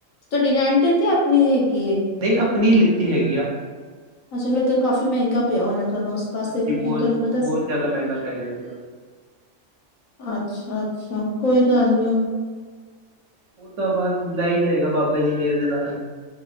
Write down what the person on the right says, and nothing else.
ਨਈਂ ਅਪਨੀ ਲਿੱਤੀ ਹੈਗੀ ਆ।
ਹਾਂਜੀ
ਬਹੁਤ-ਬਹੁਤ
ਜ਼ਿਆਦਾ ਮਹਿੰਗਾ ਪੈ ਗਿਆ ਸੀਗਾ
ਓ ਤਾ ਬਸ ਲੈਈ ਜਾਏਗਾ, ਬਾਬੇ ਦੀ ਮੇਹਰ ਦੇ ਨਾਲ।